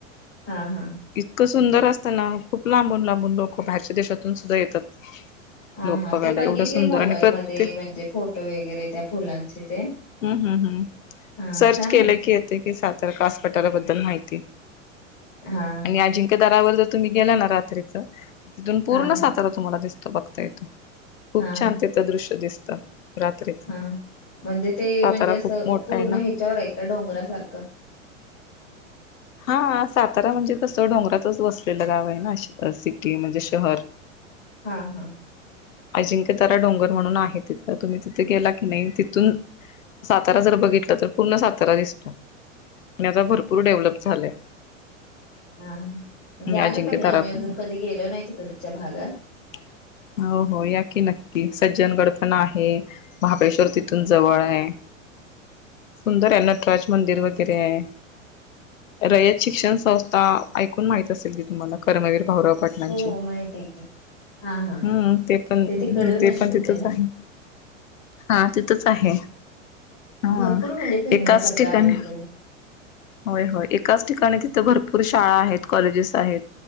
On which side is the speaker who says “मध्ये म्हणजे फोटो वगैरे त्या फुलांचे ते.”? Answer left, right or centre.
Left